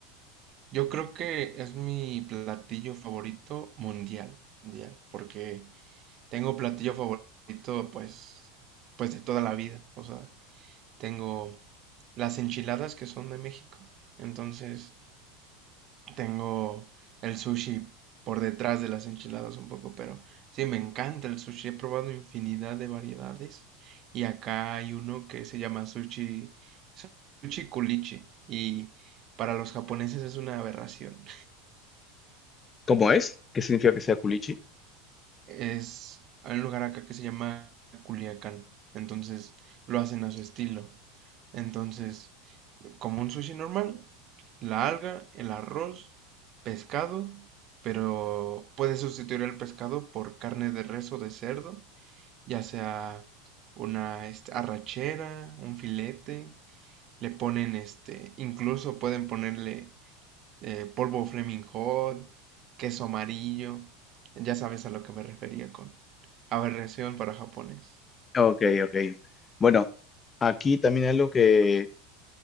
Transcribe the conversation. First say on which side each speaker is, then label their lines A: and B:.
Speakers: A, on the right; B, on the left.
A: Yo creo que es mi platillo favorito mundial, mundial, porque tengo platillo favorito, pues, pues de toda la vida. O sea, tengo las enchiladas que son de México. Entonces, tengo el sushi por detrás de las enchiladas un poco, pero sí, me encanta el sushi. He probado infinidad de variedades y acá hay uno que se llama sushi, sushi kulichi y para los japoneses es una aberración.
B: ¿Cómo es? ¿Qué significa que sea culichi?
A: Es, hay un lugar acá que se llama Culiacán, entonces lo hacen a su estilo. Entonces, como un sushi normal, la alga, el arroz, pescado, pero puedes sustituir el pescado por carne de res o de cerdo, ya sea una este, arrachera, un filete, le ponen este, incluso pueden ponerle eh, polvo flaming Hot, queso amarillo, ya sabes a lo que me refería con aberración para japonés.
B: Ok, ok. Bueno, aquí también algo que,